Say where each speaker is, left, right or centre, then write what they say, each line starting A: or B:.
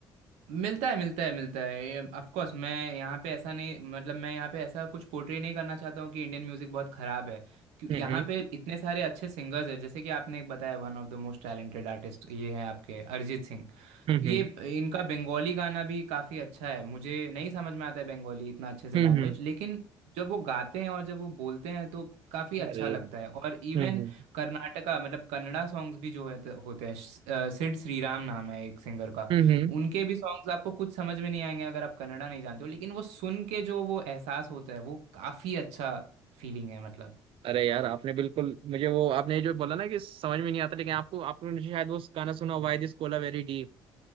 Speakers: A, on the right; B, on the right.
A: मिलता है मिलता है मिलता है ये ऑफ कोर्स मैं यहाँ पे ऐसा नहीं मतलब मैं यहाँ पे ऐसा कुछ पोर्ट्रे नहीं करना चाहता हूँ कि इंडियन म्यूज़िक बहुत ख़राब है क्यों
B: हम्म
A: यहाँ पे इतने सारे अच्छे सिंगर्स हैं जैसे कि आपने एक बताया one of the most talented artist ये हैं आपके अरिजीत सिंह
B: हम्म
A: ये
B: हम्म
A: इनका बंगाली गाना भी काफ़ी अच्छा है मुझे नहीं समझ में आता है बंगाली इतना अच्छे से
B: हम्म
A: लैंग्वेज
B: हम्म हम्म
A: लेकिन जब वो गाते हैं और जब वो बोलते हैं तो काफ़ी अच्छा
B: अरे
A: लगता
B: हम्म
A: है और इवन
B: हम्म
A: कर्नाटका मतलब कन्नड़ा सॉन्ग्स भी जो है तो होते हैं स- अ, सिड श्रीराम नाम है एक सिंगर का
B: हम्म, हम्म।
A: उनके भी सॉन्ग्स आपको कुछ समझ में नहीं आएंगे अगर आप कन्नड़ा नहीं जानते हो लेकिन वो सुन के जो वो एहसास होता है वो काफ़ी अच्छा फीलिंग है मतलब
B: अरे यार आपने बिल्कुल मुझे वो आपने जो बोला ना कि समझ में नहीं आता लेकिन आपको आपने शायद वो गाना सुना why this Kolaveri di